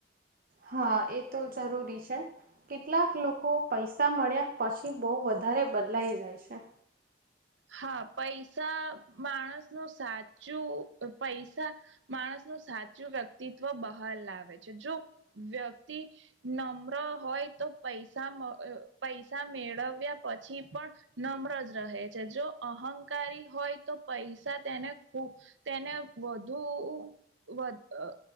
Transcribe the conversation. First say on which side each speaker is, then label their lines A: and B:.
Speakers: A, on the right; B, on the right.
A: હા, એ તો જરૂરી છે. કેટલાક લોકો પૈસા મળ્યા પછી બહુ વધારે બદલાઈ જાય છે.
B: હા, પૈસા માણસનું સાચું પૈસા માણસનું સાચું વ્યક્તિત્વ બહાર લાવે છે જો વ્યક્તિ નમ્ર હોય તો પૈસા મ અહ પૈસા મેળવ્યા પછી પણ નમ્ર જ રહે છે જો અહંકારી હોય તો પૈસા તેને ખૂબ તેને વધુ અ અ